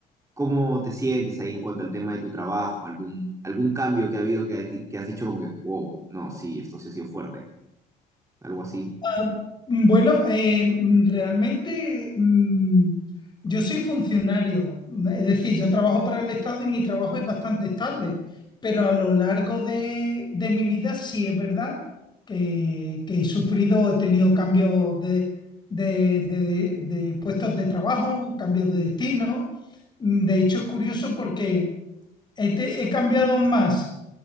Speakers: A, on the right; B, on the left.
A: ¿cómo te sientes ahí en cuanto al tema de tu trabajo? ¿Algún, algún cambio que ha habido que, has- que has dicho como que, wow, no, sí, esto sí ha sido fuerte, algo así?
B: Ah, mm, bueno, eh, mm, realmente mm, yo soy funcionario, mm, es decir, yo trabajo para el Estado y mi trabajo es bastante estable, pero a lo largo de, de mi vida sí es verdad que, que he sufrido, he tenido cambios de, de, de- de puestos de trabajo, cambios de destino. Mm, De hecho, es curioso porque he te- he cambiado más